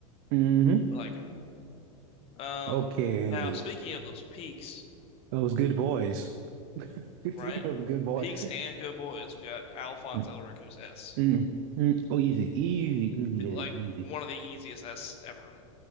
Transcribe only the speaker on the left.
I like him. Um,
now speaking of those peaks,
right?
Peaks
and good boys, we got Alphonse
Elric, who's S,
The- like
one of the easiest S ever.